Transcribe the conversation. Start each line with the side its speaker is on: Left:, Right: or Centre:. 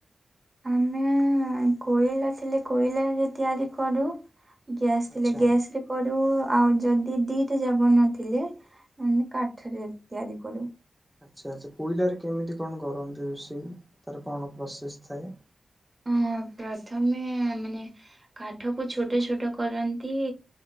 Right: ଆମେ କୋଇଲା ଥିଲେ, କୋଇଲା ରେ ତିଆରି କରୁ। ଗ୍ୟାସ୍ ଥିଲେ
Centre: ଆଚ୍ଛା।
Right: ଗ୍ୟାସ ରେ କରୁ ଆଉ ଯଦି ଦିଟା ଯାକ ନଥିଲେ ମାନେ କାଠରେ ତିଆରି କରୁ।
Centre: ଆଛା ଆଛା କୋଇଲାରେ କେମିତି କଣ କରନ୍ତି ରୋଷେଇ? ତାର କଣ ପ୍ରୋସେସ ଥାଏ।
Right: ହଁ ଅଁ ପ୍ରଥମେ ମାନେ କାଠକୁ ଛୋଟ ଛୋଟ କରନ୍ତି।